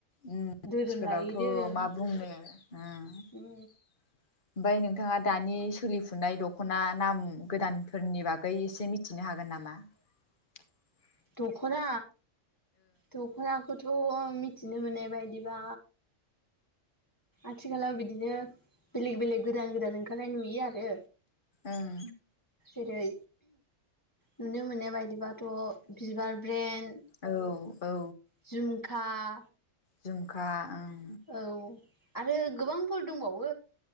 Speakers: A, on the left (about 45°); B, on the left (about 15°).
A: उम आथिखालावथ
B: धोरोम लायै धोरोम
A: मा बुङो उम ओमफ्राय
B: उम
A: नोंथाङा दानि सोलिफुनाय दख'ना नाम गोदानफोरनि बागै एसे मिथिनो हागोन नामा नामा
B: दखना दखनाखौथ' मिथिनो मोननाय बायदिबा आथिखालाव बिदिनो बेलेग बेलेग गोदान गोदान ओंखारनाय नुयो आरो
A: ओह
B: जेरै नुनो मोननाय बायदिबाथ' बिबार ब्रेन
A: औ औ
B: झुमखाह
A: झुमखा ओं
B: औ आरो गोबांफोर दंबावो।